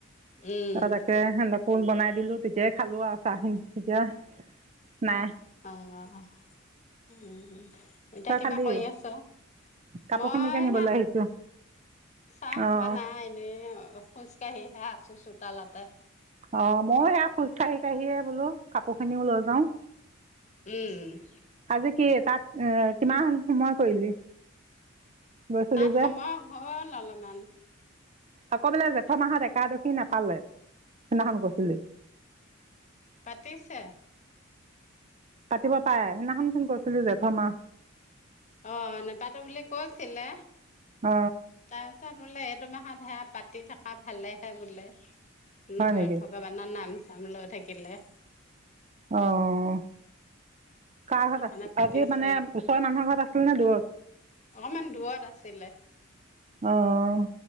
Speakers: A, on the left (about 35°); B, on the right (about 30°).
A: উম,
B: ত তাকে হেঁত কো বনাই দিলো তেতিয়াই খালো আৰু চাহখিনি, এতিয়া নাই।
A: অহ, উম। এতিয়া
B: তই
A: কিবা
B: খালি
A: কৰি আছ?
B: কাপোৰখিনিকে
A: মই
B: নিবলৈ
A: এইয়া
B: আহিছোঁ
A: চাহ
B: অঁ
A: খোৱা নাই এনে খোজ কাঢ়িহে আছো চোতালতে।
B: অ মইও সেয়া খোজ কাঢ়ি কাঢ়িয়ে বোলো কাপোৰ খিনিও লৈ যাওঁ।
A: উম।
B: আজি কি তাত এ কিমান সময় কৰিলি? গৈছিলি
A: তাত
B: যে
A: সময় হ'ল অলপমান।
B: আকৌ বোলে জেঠৰ মাহত একাদশী নাপালে সেইদিনাখন কৈছিলি।
A: পাতিছে।
B: পাতিব পাৰে সেইদিনাখন চোন কৈছিলি জেঠৰ মাহ
A: অঁ নেপাটো বুলি কৈছিলে
B: অ
A: তাৰপিছত বোলে এইটো মাহত সেয়া পাতি থকা ভালেহে বোলে নহয়
B: হয় নেকি
A: ভ গৱানৰ নাম চাম লৈ থাকিলে।
B: অহ। কাৰ
A: সেইকাৰণে
B: ঘৰত আছিল
A: পাতিছে
B: আজি মানে ওচৰৰ মানুহৰ ঘৰত আছিল নে দূৰত?
A: অকমান দূৰত আছিলে।
B: অহ,